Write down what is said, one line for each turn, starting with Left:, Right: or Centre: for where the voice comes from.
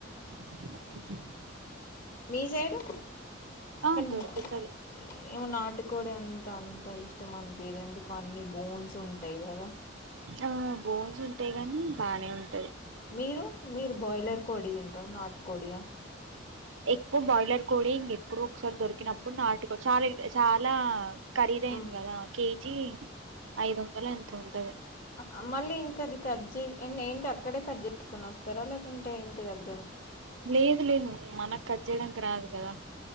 Right: హ్మ్
Left: మీ సైడు
Right: ఆ
Left: కానీ
Right: దొరుకుతది
Left: బో ఏమో నాటుకోడి ఎంత అంటే ఇష్టమ్మంపియదు ఎందుకు అన్ని బోన్స్ ఉంటైయ్ కదా
Right: ఆ బోన్స్ ఉంటాయి గాని బానే ఉంటది
Left: మీరు మీరు బోయిలర్ కోడి తింటారు నాటు కోడియ
Right: ఎక్కువ బాయిలర్ కోడి ఇంకెప్పుడొ ఒకసారి దొరికినప్పుడు నాటికో చాలా చాలా ఖరీదైంది
Left: మ్మ్
Right: కదా కేజీ ఐదు వందలు ఎంతో ఉంటది
Left: ఆ మళ్ళీ ఇంకా అది కట్ చే ఏంటి అక్కడే కట్ చెంచుకుని వస్తారా లేకుంటే ఇంటి దగ్
Right: లేదు లేదు మానక్ కట్ చేయడానికి రాదు కదా